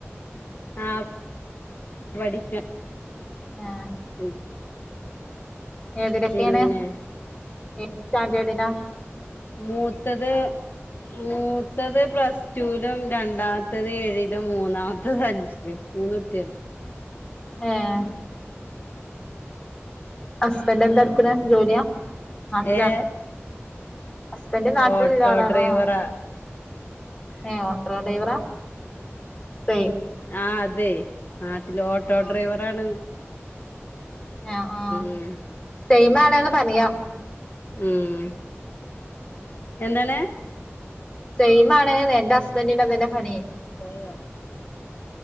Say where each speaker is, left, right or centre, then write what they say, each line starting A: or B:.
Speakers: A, on the left; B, on the left.
A: ആഹ് പഠിക്കാ.
B: ഏഹ്
A: ഉം
B: ഏതിലൊക്കെയാണ്
A: പിന്നെ
B: ഏത് സ്റ്റാൻഡേർഡിലാ?
A: മൂത്തത് മൂത്തത് പ്ലസ് ടുവിലും രണ്ടാമത്തത് ഏഴിലും മൂന്നാമത്തത് അഞ്ചിലും. മൂന്നു കുട്ട്യള്.
B: ഏഹ് ഹസ്ബന്റ് എന്താ എടുക്കണ്? ജോലിയാ നാട്ടിലാ
A: ഏ
B: ഹസ്ബൻഡ് നാട്ടിൽ
A: ഓട്ടോ
B: ഇള്ള ആളാണോ?
A: ഡ്രൈവറാ
B: ഏഹ് ഓട്ടോ ഡ്രൈവറാ? സ
A: ആഹ് അതെ നാട്ടില് ഓട്ടോ
B: ആ
A: ഡ്രൈവർ ആണ്.
B: ഏഹ് ആഹ്
A: ഉം
B: സെയിം ആണെന്ന് പറയാ.
A: ഉം എന്താണ്?
B: സെയിം ആണ്ന്ന്‌ എന്റെ ഹസ്ബന്റിനും അതന്നെ പണി.
A: പോയോ?